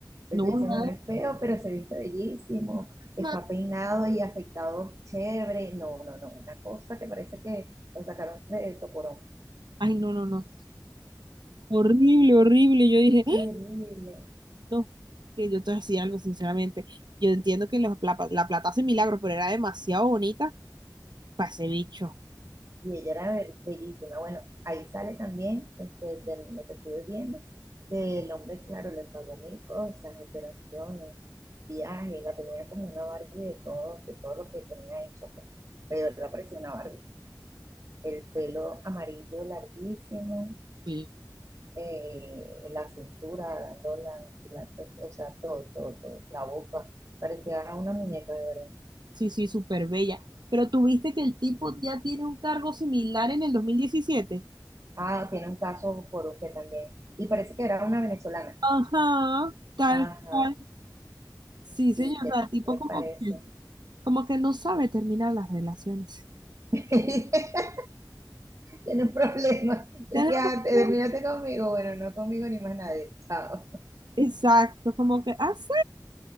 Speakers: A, on the right; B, on the right.
A: Pero
B: no,
A: tú dices,
B: nada.
A: bueno, es feo, pero se viste bellísimo, está
B: No.
A: peinado y afeitado chévere. No, no, no, una cosa que parece que lo sacaron de Tocorón.
B: Ay, no, no, no. Horrible, horrible. Yo dije, ¡Ah!
A: Terrible.
B: no, que yo te decía algo, sinceramente. Yo entiendo que los- la, la plata hace milagros, pero era demasiado bonita para ese bicho.
A: y ella era bellísima. Bueno, ahí sale también este, de lo que estuve viendo, que el hombre, claro, le pagó mil cosas, operaciones, viajes, la tenía como una Barbie de todo, de todo lo que tenía hecho, pues. Pero la parecía una Barbie. El pelo amarillo larguísimo,
B: Sí.
A: eh, la cintura, la, la- la- o sea, todo, todo, todo, la boca. Parecía una muñeca, de verdad.
B: Sí, sí, súper bella. Pero tuviste que el tipo ya tiene un cargo similar en el 2017.
A: Ah, tiene un caso por usted también. Y parece que era una venezolana.
B: Ajá, tal
A: Ajá,
B: cual. Sí, señor.
A: Sí, ¿qué
B: O sea, tipo
A: te
B: como
A: parece?
B: que, como que no sabe terminar las relaciones.
A: <laughs> Tiene un problema. Y
B: Tiene
A: quédate,
B: razón.
A: ah, conmigo. Bueno, no conmigo ni más nadie. Chao.
B: Exacto, como que ah sí.